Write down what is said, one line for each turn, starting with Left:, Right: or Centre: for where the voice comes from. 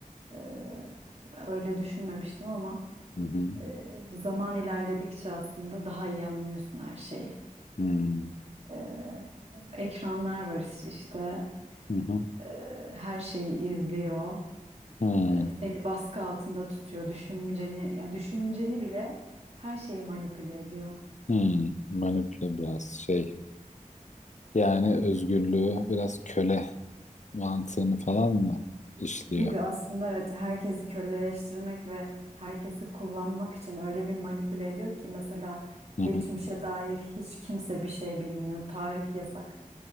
Right: e, öyle düşünmemiştim ama
Left: hı hı
Right: e, zaman ilerledikçe aslında daha iyi anlıyorsun her şeyi.
Left: hı
Right: Ee, ekranlar var iş- işte.
Left: hı hı.
Right: Ee, her şeyi izliyor.
Left: hı.
Right: Ee, seni baskı altında tutuyor. Düşünceni, ya düşünceni bile her şeyi manipüle ediyor
Left: hı. Manipüle biraz şey. Yani özgürlüğü biraz köle mantığını falan mı işliyor?
Right: gibi aslında evet herkesi köleleştirmek ve herkesi kullanmak için öyle bir manipüle ediyor ki mesela
Left: Hı
Right: geçmişe
Left: hı.
Right: dair hiç kimse bir şey bilmiyor. Tarih yasak.